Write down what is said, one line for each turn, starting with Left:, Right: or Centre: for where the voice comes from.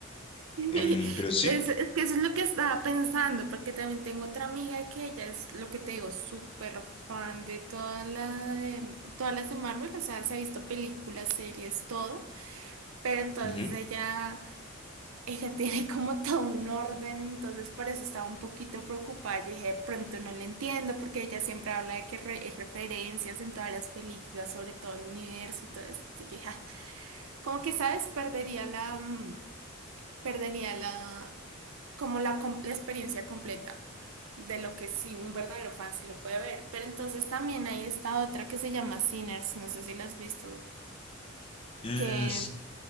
Right: <laughs>
Left: Em, pero sí.
Right: Les- Es que eso es lo que estaba pensando, porque también tengo otra amiga que ella es lo que te digo, súper fan de toda la de- todas las de Marvel, o sea, se ha visto películas, series, todo, pero entonces
Left: ujú.
Right: ella, ella <laughs> tiene como todo un orden, entonces por eso estaba un poquito preocupada. Yo dije, "De pronto no le entiendo, porque ella siempre habla de que re- hay referencias en todas las películas, sobre todo el universo y todo eso. Y yo dije, "Ah, como que, ¿sabes? Perdería la, mm, perdería la como la, com- la experiencia completa de lo que sí un verdadero fan sí lo puede ver. Pero entonces también hay esta otra que se llama Sinners, no sé si la has visto,
Left: Mm,
Right: que